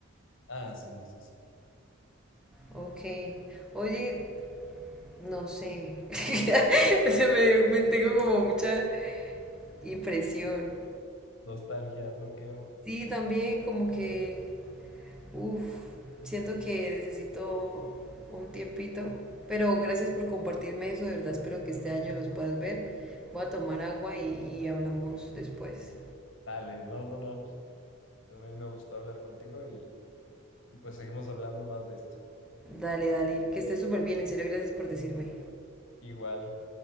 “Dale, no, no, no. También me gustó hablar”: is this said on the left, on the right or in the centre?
Left